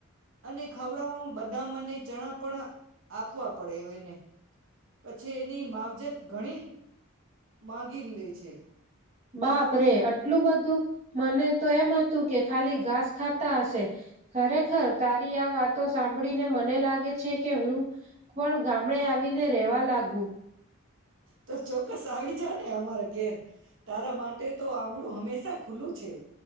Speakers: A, on the right; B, on the right.
A: અને ખવડાવવામા બધા મને જણા પણ આપવા પડે <unintelligible> એને પછી એની માવજત ઘણી માંગી લે છે.
B: બાપ રે આટલું બધું મને તો એમ હતું કે ખાલી ઘાસ ખાતા હશે ખરેખર તારી આ વાતો સાંભળીને મને લાગે છે કે હું પણ ગામડે આવીને રેવા લાગુ.
A: તો છોક બસ આવી જા ને અમારા ઘેર તારા માટે તો આંગણું હંમેશા ખુલ્લું છે